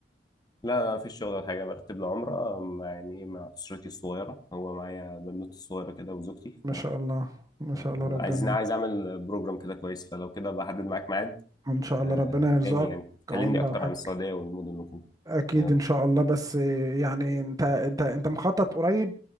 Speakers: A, on the left (about 20°); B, on the right (about 20°).
A: لا لا مفيش شغل ولا حاجة برتب لعمرة مع يعني إيه، مع أسرتي الصغيرة هو معايا بنوتي الصغيرة كده وزوجتي
B: ما شاء الله ما شاء
A: آه،
B: الله ربنا
A: عايزين عايز اعمل بروجرام كده كويس فلو كده بحدد معاك ميعاد
B: ان شاء
A: آه،
B: الله ربنا يرزقك
A: تاني يعني كلمني
B: عمره
A: اكتر
B: وحج
A: عن السعودية والمدن ممكن
B: اكيد
A: يلا
B: ان شاء الله بس يعني انت انت انت مخطط قريب